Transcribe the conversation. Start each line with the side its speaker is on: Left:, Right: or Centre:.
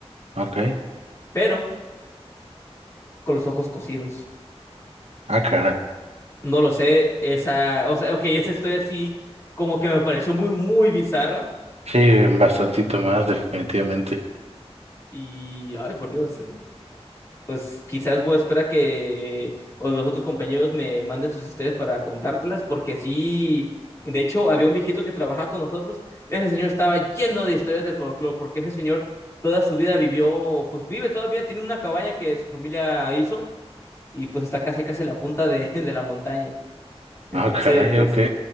Right: Ok.
Left: pero con los ojos cosidos.
Right: Ah, caray.
Left: No lo sé, esa, o sea, ok, esa historia así como que me pareció muy, muy bizarra
Right: Sí, bastantito más, definitivamente.
Left: y, ay, por Dios, eh, pues quizás voy a esperar que o los otros compañeros me manden sus historias para contártelas, porque sí, de hecho, había un viejito que trabajaba con nosotros, ese señor estaba lleno de historias de folclore, porque ese señor toda su vida vivió, pues vive todavía, tiene una cabaña que su familia hizo y pues está casi, casi en la punta de, <laughs> de la montaña. Entonces...
Right: Ah, caray, ok.